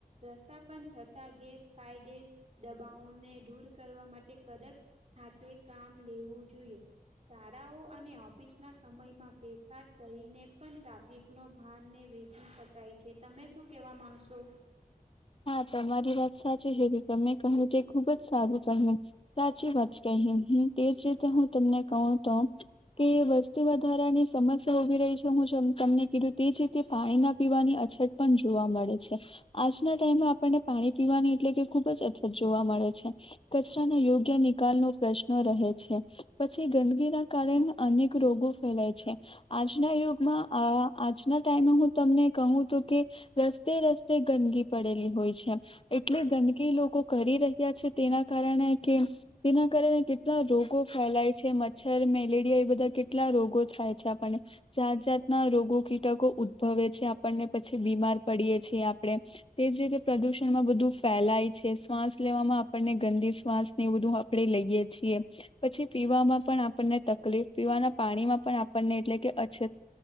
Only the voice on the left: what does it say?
હા તમારી વાત સાચી છે કે તમે કહ્યું તે ખુબ જ સારું તમે સાચી વાત કહી નહી તેજ રીતે હું તમને કહું તો કે વસ્તુ વધારાની સમસ્યા ઉભી રહી છે હું જે તમને કીધું તે જ રીતે પાણી ના પીવાની અછત પણ જોવા મળે છે આશુ. ના ટાઈમમાં આપણને પાણી પીવાની એટલે કે ખુબ જ અછત જોવા મળે છે. કચરાનો યોગ્ય નિકાલ નુ પ્રશ્ન રહે છે. પછી ગંદકી ના કારણે અનેક રોગો ફેલાય છે, આજના યુગમાં આ આજના ટાઈમે, હું તમને કહું તું કે, રસ્તે-રસ્તે ગંદગી પડેલી હોય છે, એટલે ગંદકી લોકો કરી રહ્યા છે, તેના કારણે કે તેના કારણે કેટલા રોગો ફેલાય છે, મચ્છર, મેલેરિયા એ બધા કેટલા રોગો થાય છે આપને. જાત-જાતના રોગો કીટકો ઉદ્ભવે છે, આપણને પછી બીમાર પડીએ છીએ આપણે. એજ રીતે પ્રદુષણ માં બધું ફેલાય છે, શ્વાસ લેવામાં આપણને ગંદી શ્વાસ ને એ બધું કડે લઈએ છીએ. પછી પીવામાં પણ આપણને તકલીફ, પીવાના પાણીમાં પણ આપણને, એટલે કે અછત.